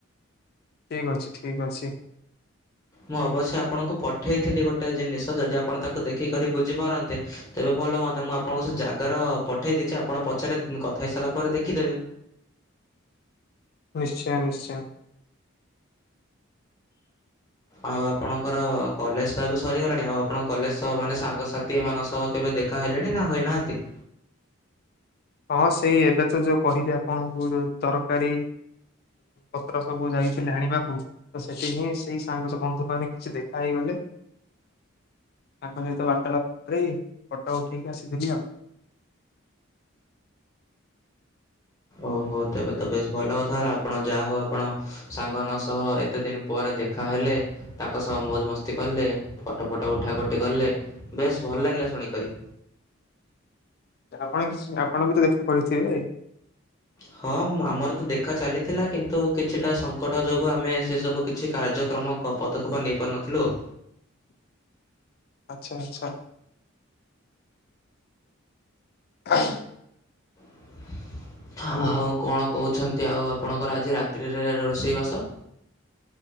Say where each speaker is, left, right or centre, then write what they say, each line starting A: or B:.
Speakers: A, on the left; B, on the left.
A: ଠିକ୍ ଅଛି ଠିକ୍ ଅଛି।
B: ମୁଁ ଅବଶ୍ୟ ଆପଣଙ୍କୁ ପଠେଇଥିଲି ଗୋଟେ ଜିନିଷ। ତ ଯଦି ଆପଣ ତାକୁ ଦେଖିକରି ବୁଝି ପାରନ୍ତେ ତେବେ ଭଲ ହୁଅନ୍ତା ମୁଁ ଆପଣଙ୍କୁ ସେ ଜାଗାର ଅ ପଠେଇ ଦେଇଚି ଆପଣ ପଛରେ କଥା ହେଇ ସାରିଲା ପରେ ଦେଖିଦେବେ।
A: ନିଶ୍ଚୟ ନିଶ୍ଚୟ।
B: ଆଉ ଆପଣଙ୍କର ଅ କଲେଜ ତ ଏବେ ସରି ଗଲାଣି ଆଉ ଆପଣଙ୍କ କଲେଜ ସହ ମାନେ ସାଙ୍ଗସାଥି ମାନଙ୍କ ସହ କେବେ ଦେଖା ହେଲେଣି ନା ହୋଇନାହାନ୍ତି?
A: ହଁ ସେଇ ଏବେ ତ ଯୋଉ କହିଲି ଆପଣଙ୍କୁ ଯୋଉ ତରକାରୀ ପତ୍ର ସବୁ ଯାଇଥିଲି ଆଣିବାକୁ ତ ସେଠି ହିଁ ସେଇ ସାଙ୍ଗ ସହ ବନ୍ଧୁ ମାନେ କିଛି ଦେଖା ହେଇଗଲେ ତାଙ୍କ ସହିତ ବାର୍ତାଳାପ କରି ଫୋଟା ଉଠିଇକି ଆସିଥିଲି ଆଉ।
B: ଓହୋ ତେବେ ତ ବେଶ ଭଲ କଥା ହେଲା ଆପଣ ଯାହା ହଉ ଆପଣ ସାଙ୍ଗ ମାନଙ୍କ ସହ ଏତେ ଦିନ ପରେ ଦେଖା ହେଲେ ତାଙ୍କ ସହ ମୌଜ ମସ୍ତି କଲେ ଫଟୋ ଫଟୋ ଉଠା ଉଠି କଲେ ବେଶ ଭଲ ଲାଗିଲା। ଶୁଣି କରି।
A: ଆପଣ କିଛି ଆପଣ ବି ତ ଦେଖା କରିଥିବେ
B: ହଁ ଆମର ତ ଦେଖା ଚାଲିଥିଲା କିନ୍ତୁ କିଛିଟା ସଙ୍କଟ ଯୋଗୁ ଆମେ ସେ ସବୁ କିଛି କାର୍ଯ୍ୟକ୍ରମ ପଦକ୍ଷେପ ନେଇ ପାରୁନଥିଲୁ ଆଉ।
A: ଆଛା ଆଛା। <unintelligible>
B: <unintelligible>
A: ହଉ
B: ଆଉ କଣ କହୁଛ ଆଉ ଆପଣଙ୍କର ଆଜି ରାତ୍ରୀରେ ରୋଷେଇବାସ